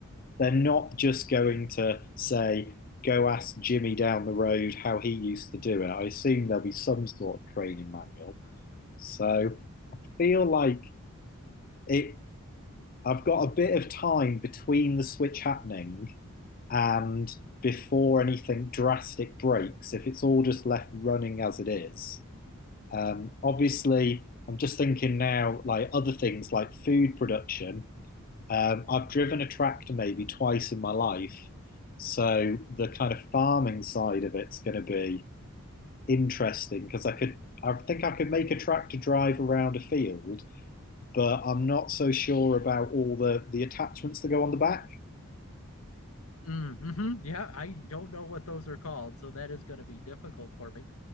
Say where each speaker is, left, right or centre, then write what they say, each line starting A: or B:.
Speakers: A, on the left; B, on the left.
A: They're not just going to say, go ask Jimmy down the road how he used to do it. I assume there'll be some sort of training manual. So feel like it I've got a bit of time between the switch happening and before anything drastic breaks, if it's all just left running as it is. Um, obviously, I'm just thinking now, like other things like food production. Um, I've driven a tractor maybe twice in my life, so the kind of farming side of it's going to be interesting because I could, I think I could make a tractor drive around a field, but I'm not so sure about all the the attachments that go on the back.
B: Mm-hmm. Yeah, I don't know what those are called, so that is going to be difficult for me.